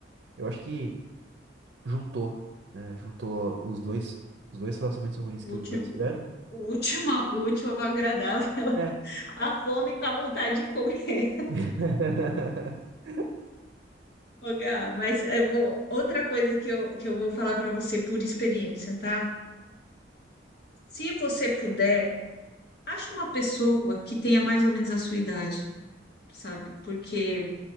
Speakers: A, on the right; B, on the left.
A: eu acho que juntou, né? Juntou os dois, os dois relacionamentos ruins
B: Útil,
A: que os dois tiveram.
B: última, útil, agradável.
A: É.
B: <laughs> A fome com a vontade de comer.
A: <laughs>
B: Ô, Gá, mas eu vou, outra coisa que eu, que eu vou falar para você por experiência, tá? Se você puder Acha uma pessoa que tenha mais ou menos a sua idade, sabe? Porque